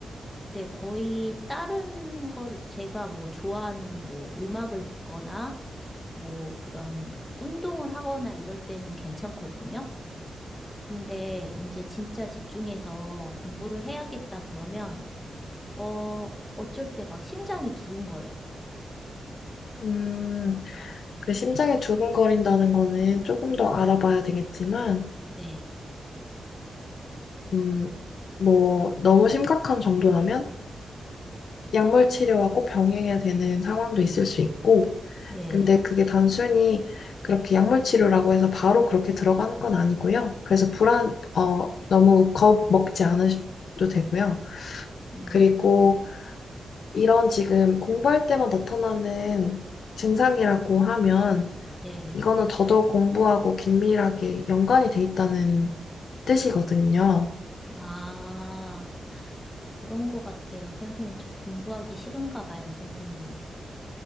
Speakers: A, on the left; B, on the left.
A: 네, 거의 다른 걸 제가 뭐 좋아하는 뭐 음악을 듣거나 뭐 그런 운동을 하거나 이럴 때는 괜찮거든요. 근데 이제 진짜 집중해서 공부를 해야겠다 그러면, 어, 어쩔 때 막 심장이 두근거려요.
B: 음, 그 심장이 두근거린다는 거는 조금 더 알아봐야 되겠지만,
A: 네,
B: 음, 뭐, 너무 심각한 정도라면 약물 치료하고 병행해야 되는 상황도 있을 수 있고,
A: 네,
B: 근데 그게 단순히 그렇게 약물 치료라고 해서 바로 그렇게 들어가는 건 아니고요. 그래서 불안, 어, 너무 겁 먹지 않으셔도 되고요.
A: 음,
B: 그리고 이런 지금 공부할 때만 나타나는 증상이라고 하면,
A: 네.
B: 이거는 더더욱 공부하고 긴밀하게 연관이 돼 있다는 뜻이거든요.
A: 아, 그런 거 같아요, 선생님. 저 공부하기 싫은가 봐요, 선생님.